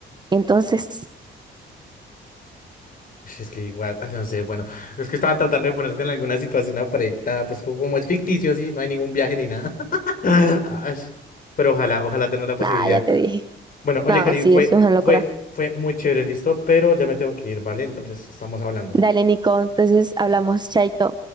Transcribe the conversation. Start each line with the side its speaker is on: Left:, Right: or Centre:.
Right: Entonces,
Left: Pues Es que igual, <laughs> no sé, bueno, es que estaba tratando de ponerte en alguna situación apretada, pues como es ficticio, sí, no hay ningún viaje ni nada. <laughs> Ay, pero ojalá, ojalá tener la posibilidad.
Right: nada, ya te dije.
Left: Bueno, oye,
Right: No,
Left: Cari,
Right: sí,
Left: fue,
Right: eso es una locura.
Left: fue, fue muy chévere, listo, pero ya me tengo que ir, ¿vale? Entonces estamos hablando.
Right: Dale, Nico, entonces hablamos, chaito.